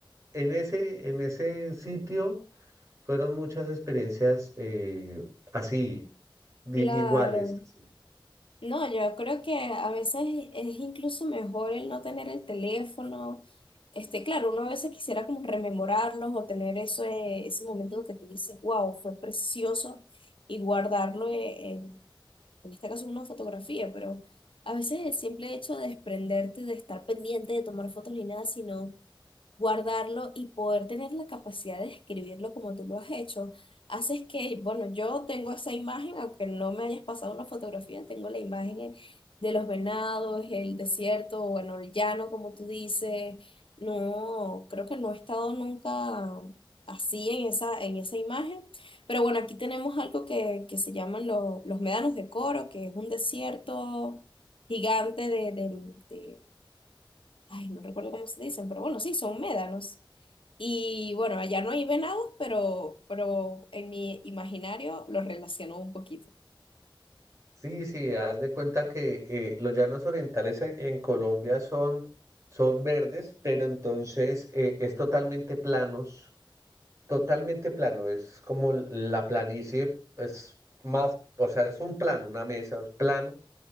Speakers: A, on the right (about 35°); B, on the left (about 75°).
A: en ese, en ese sitio fueron muchas experiencias eh, así, di-
B: Claro.
A: iguales, así.
B: No, yo creo que a veces es incluso mejor el no tener el teléfono. Este, claro, uno a veces quisiera como rememorarlos o tener eso, eh, ese momento que tú dices, wow, fue precioso y guardarlo eh, en, en este caso una fotografía, pero a veces el simple hecho de desprenderte, de estar pendiente, de tomar fotos ni nada, sino guardarlo y poder tener la capacidad de escribirlo como tú lo has hecho, haces que, bueno, yo tengo esa imagen, aunque no me hayas pasado una fotografía, tengo la imagen eh, de los venados, el desierto, o bueno, el llano, como tú dices. No, creo que no he estado nunca así en esa, en esa imagen. Pero bueno, aquí tenemos algo que, que se llaman lo- los médanos de Coro, que es un desierto gigante de, de, ay, no recuerdo cómo se dicen, pero bueno, sí, son médanos. Y bueno, allá no hay venados, pero, pero en mi imaginario los relaciono un poquito.
A: Sí, sí, haz de cuenta que eh, los llanos orientales en en Colombia son, son verdes, pero entonces eh, es totalmente planos, totalmente plano, es como la planicie, es más, o sea, es un plano, una mesa, es plano